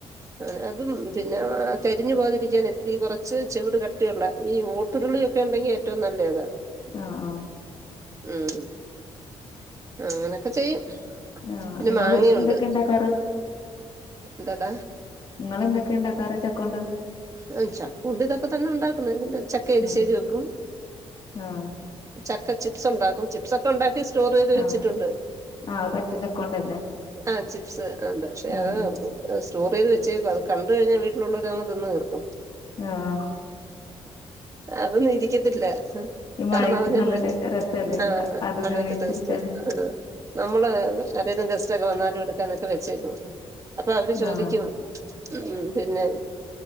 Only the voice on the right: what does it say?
ആണ് അതും പിന്നാ കരിഞ്ഞു പോകാതിരിക്കാന് ഈ കൊറച്ച് ചെവിട് കട്ടിയുള്ള ഈ ഓട്ടുരുളിയൊക്കെയൊണ്ടെങ്കി ഏറ്റവും നല്ലേതാ
ഉം അങ്ങനെയൊക്കെ ചെയ്യും
പിന്നെ
മാങ്ങയുണ്ട്
എന്താടാ
ഉം ചക്കോണ്ട് ഇതൊക്കെ തന്നെ ഉണ്ടാക്കുന്നത് പിന്നെ ചക്ക എരിശ്ശേരി
വെക്കും
ചക്ക ചിപ്സൊണ്ടാക്കും ചിപ്സൊക്കെ ഒണ്ടാക്കി സ്റ്റോറ് ചെയ്
ച്ചിട്ടുണ്ട്
ആഹ് ചിപ്സ് ആഹ് ഉണ്ട് പക്ഷേ
അഅ് അ് സ്റ്റോറെയ്ത് വെച്ചേക്കുവാ അത് കണ്ട് കഴിഞ്ഞാ വീട്ടിലുള്ളവര് അങ്ങ് തിന്ന് തീർക്കും
അതൊന്നും ഇരിക്കത്തില്ല ഹ്
കാരണം അത് ഞാൻ
മാറ്റി
ആഹ്
അങ്ങനത്തെ
ടേസ്റ്റാ ആഹ് നമ്മള് ആരേലും ഗസ്റ്റൊക്കെ വന്നാലും എടുക്കാനൊക്കെ വെച്ചേക്കും അപ്പവര് ചോദിക്കും
ഉം പിന്നെ